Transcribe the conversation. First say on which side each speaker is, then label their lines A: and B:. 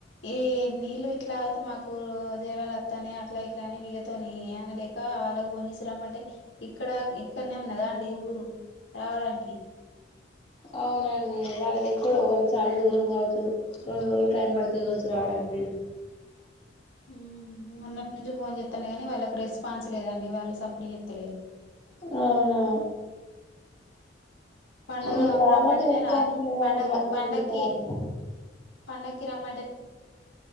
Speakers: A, on the left; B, on the left.
A: ఈ నీళ్ళు ఇట్లా అవుతుంది మాకు రోజు జేరాలుత్తా అట్లా ఇట్లానే వీళ్ళతోని అనలేక వాళ్ళకి పోన్ చేసి రమ్మంటే ఇక్కడ ఇక్కడనే ఉన్నదా అండి ఊరు రావడానికి
B: అ అవునండి వాళ్ళది ఎక్కడో వాళ్ళు చాలా దూరం కావచ్చు రెండు రోజులు టైం పడతాది కావచ్చు రావడానికి
A: హ్మ్ మొన్నటి నుంచి ఫోన్ చేతనే గానీ వాళ్ళకు రెస్పాన్స్ లేదండి వాళ్ళు సప్పుడు చేతలేదు
B: రా అవునా
A: పండగ
B: ఇగ
A: ఆమె
B: వాళ్ళకి
A: రమ్మంటనే
B: రెస్పాన్స్
A: రాదు
B: లేనప్పుడు
A: పండకు
B: మనం
A: పండక్కి
B: ఏం చేస్తామండి
A: పండకి రమ్మ